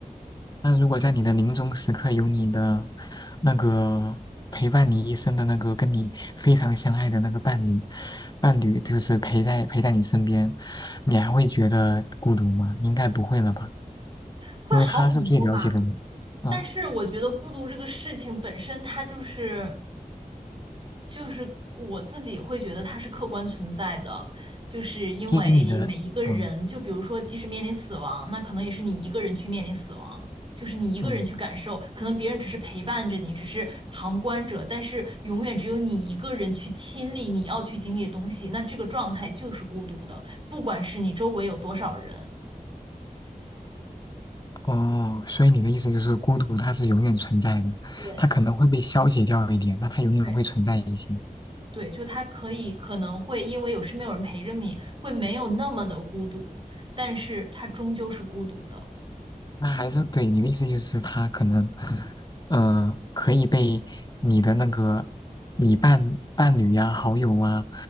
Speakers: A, on the left; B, on the right.
A: 那如果在你的临终时刻有你的那个陪伴你一生的那个跟你非常相爱的那个伴侣，伴侣就是陪在陪在你身边，你还会觉得孤独吗？应该不会了吧，
B: 会好很多吧。
A: 因为他是最了解的你啊，
B: 但是我觉得孤独这个事情本身，它就是就是我自己会觉得它是客观存在的，就是因为每一个人，
A: 因为你的嗯
B: 就比如说，即使面临死亡，那可能也是你一个人去面临死亡，就是你一个人去感受，
A: 嗯
B: 可能别人只是陪伴着你，只是旁观者，但是永远只有你一个人去亲历你要去经历的东西，那这个状态就是孤独的，不管是你周围有多少人。
A: 哦，所以你的意思就是孤独它是永远存在的，
B: 对。
A: 它可能会被消解掉一点，但它永远会存在一些。
B: 对对，就他可以可能会因为有身边有人陪着你，会没有那么的孤独，但是他终究是孤独的。
A: 那还是对你的意思就是他可能，呃，可以被你的那个你伴伴侣呀、好友啊、